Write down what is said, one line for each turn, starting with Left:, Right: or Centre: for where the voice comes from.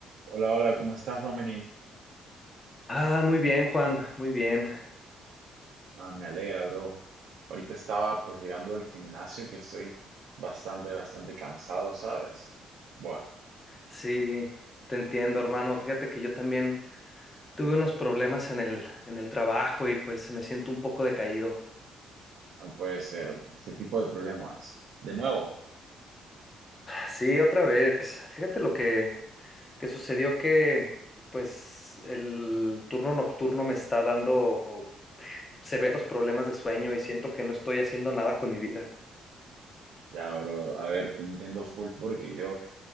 Right: Hola, hola, ¿cómo estás, Dominic?
Left: Ah, muy bien, Juan, muy bien.
Right: Ah, me alegra, bro. Ahorita estaba pues llegando del gimnasio que estoy bastante, bastante cansado, ¿sabes? Buah,
Left: Sí, te entiendo, hermano. Fíjate que yo también tuve unos problemas en el, en el trabajo y pues me siento un poco decaído.
Right: no puede ser. Este tipo de problemas. De nuevo.
Left: Sí, otra vez. Fíjate lo que, que sucedió que pues el turno nocturno me está dando severos problemas de sueño y siento que no estoy haciendo nada con mi vida.
Right: Ya, bro, a ver, te entiendo full porque yo,